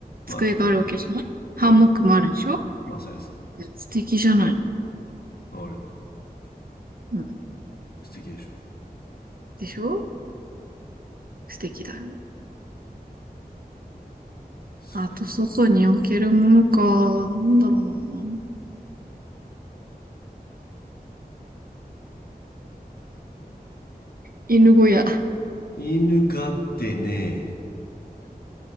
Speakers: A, on the right; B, on the left.
A: 机があるわけじゃないハンモックもあるでしょ
B: まあねまあねまあねまあそりゃそう
A: うん素敵じゃない。
B: まあ俺は
A: うん。
B: 素敵でしょ
A: でしょ素敵だよ。
B: そう
A: あと、外に置けるものか。なんだろうな。犬小屋。
B: 犬飼ってね